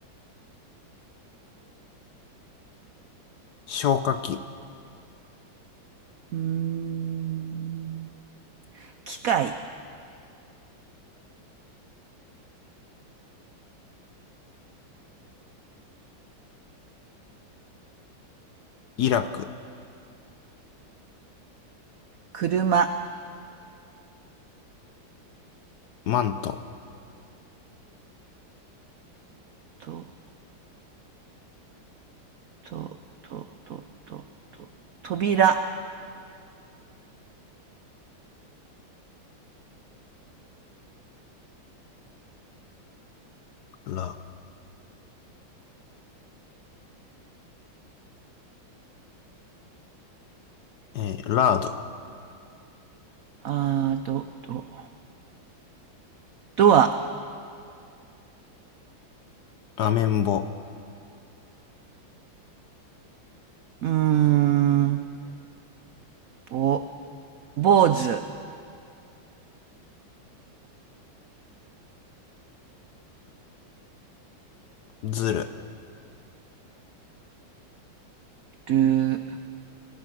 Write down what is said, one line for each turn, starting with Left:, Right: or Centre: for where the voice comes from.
Left: 消火器、
Right: うーん。機械、
Left: イラク、
Right: 車、
Left: マント、
Right: と、と、と、と、と、と、扉、
Left: ら、えーラード、
Right: あー、ど、ど、ドア、
Left: アメンボ、
Right: うーん、ぼ、坊主、
Left: ズル、
Right: ルー、